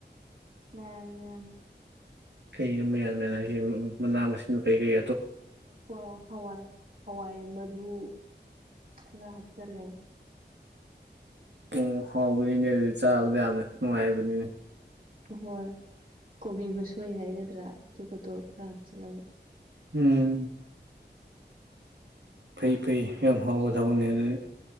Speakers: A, on the right; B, on the right.
A: ꯃꯟ ꯃꯟ
B: ꯀꯩꯅꯣ ꯃꯌꯥ ꯃꯌꯥꯅ ꯍꯥꯏꯁꯦ ꯃꯅꯥ ꯃꯁꯤꯡ ꯀꯩ ꯀꯩ
A: ꯍꯣꯏ ꯍꯋꯥꯏ ꯍꯋꯥꯏ ꯃꯔꯨ ꯈꯔ ꯍꯥꯠ ꯆꯂꯦ
B: ꯑꯣꯝ ꯍꯥꯎꯕꯅꯤꯅꯦ ꯑꯗꯨꯗꯤ ꯆꯥꯕꯗ ꯌꯥꯝꯅ ꯅꯨꯡꯉꯥꯏꯕꯅꯤꯅꯦ
A: ꯍꯣꯏ ꯀꯣꯕꯤ ꯃꯁꯣꯏ ꯍꯥꯏꯒꯗ꯭ꯔꯥ ꯑꯗꯨꯒꯗꯣ ꯈꯔ ꯍꯥꯞꯆꯜꯂꯒ
B: ꯎꯝ ꯐꯩ ꯐꯩ ꯌꯥꯝ ꯍꯥꯎꯕ ꯊꯕꯅꯤ ꯑꯗꯨ